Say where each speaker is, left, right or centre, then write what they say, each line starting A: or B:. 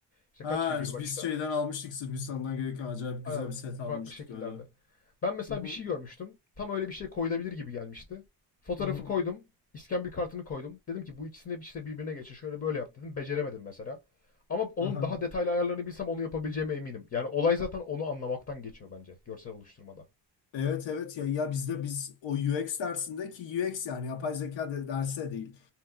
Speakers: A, on the left (about 30°); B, on the left (about 70°).
A: İşte
B: Ha,
A: kaç figür var
B: biz
A: işte
B: şeyden almıştık Sırbistan'dan gelirken acayip
A: aynen
B: güzel bir set
A: farklı
B: almıştık
A: şekillerde.
B: öyle.
A: Ben mesela
B: Hı hı.
A: bir şey görmüştüm. Tam öyle bir şey koyulabilir gibi gelmişti. Fotoğrafı
B: Hı hı.
A: koydum. İskambil kartını koydum. Dedim ki bu ikisini de işte birbirine geçir. Şöyle böyle yap dedim. Beceremedim mesela. Ama onun
B: Aha.
A: daha detaylı ayarlarını bilsem onu yapabileceğime eminim. Yani olay zaten onu anlamaktan geçiyor bence görsel oluşturmada.
B: Evet evet ya ya bizde biz o U X dersindeki U X yani yapay zeka de, derse değil.